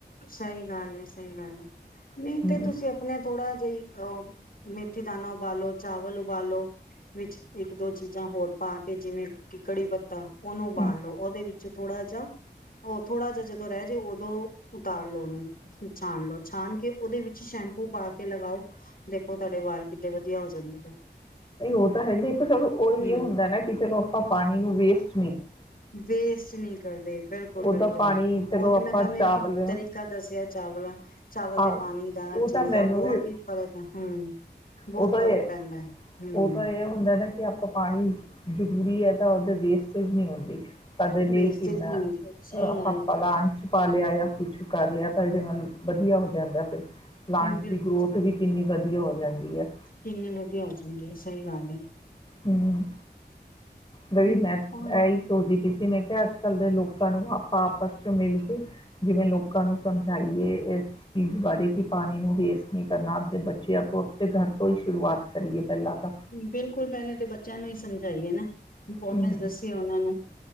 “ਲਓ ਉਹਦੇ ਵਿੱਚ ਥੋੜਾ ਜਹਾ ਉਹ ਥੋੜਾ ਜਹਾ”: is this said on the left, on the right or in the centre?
Left